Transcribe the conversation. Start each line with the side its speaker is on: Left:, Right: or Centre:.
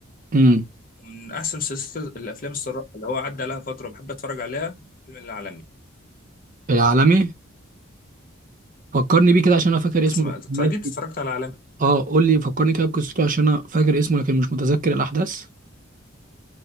Right: امم
Left: من احسن مسلسلات الافلام الصراحه اللي هو عدى عليها فتره بحب اتفرج عليها فيلم العالمي
Right: العالمي فكرني بيه كده عشان أنا فاكر اسمه
Left: تسمع
Right: لكن
Left: اكيد
Right: ناسي.
Left: اتفرجت على العالمي
Right: أه قول لي فكرني كده بقصته عشان أنا فاكر اسمه لكن مش متذكر الأحداث